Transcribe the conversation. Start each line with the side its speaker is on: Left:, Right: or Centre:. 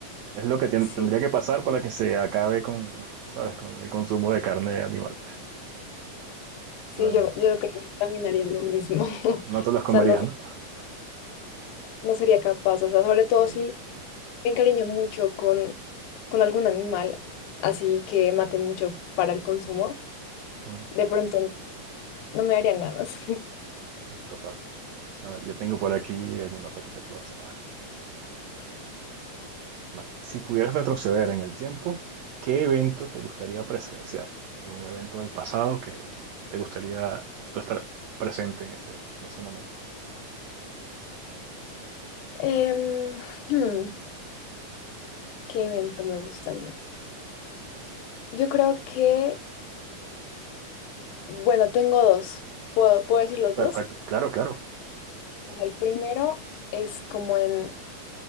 Right: Es lo que tien-
Left: Sí,
Right: tendría que pasar para que se acabe con, <laughs> ¿sabes? Con el consumo de carne animal,
Left: sí,
Right: realmente.
Left: yo, yo creo que también haría lo mismo. <laughs>
Right: No te los comerías,
Left: O sea, no,
Right: ¿no?
Left: no sería capaz. O sea, sobre
Right: Sí.
Left: todo si me encariño mucho con, con algún animal, así que maten mucho para el consumo,
Right: Ujú.
Left: de pronto no me darían ganas. <laughs>
Right: Total. A ver, yo tengo por aquí alguna otra que te puedo hacer. A ver, vale. Si pudieras retroceder en el tiempo, ¿qué evento te gustaría presenciar? ¿Algún evento del pasado que te gustaría tú estar presente en ese, en ese momento?
Left: Em, hmm, ¿qué evento me gustaría? Yo creo que, bueno, tengo dos. ¿Puedo, puedo decir los
Right: Perfecto,
Left: dos?
Right: claro, claro.
Left: Bueno, el primero es como en,